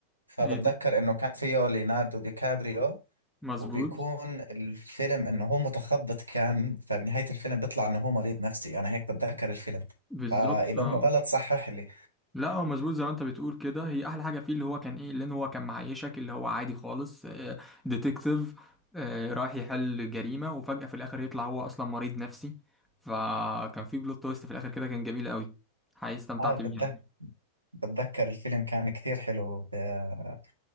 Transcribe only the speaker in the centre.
ايه
مظبوط
بالظبط
اه
لا هو مظبوط زي ما انت بتقول كده هي احلى حاجه فيه اللي هو كان ايه لان هو كان معيشك اللي هو عادي خالص آه ديتكتيف آه رايح يحل جريمه وفجاه في الاخر يطلع هو اصلا مريض نفسي فكان في بلوت تويست في الاخر كده كان جميل قوي حقيقي استمتعت
بيه يعني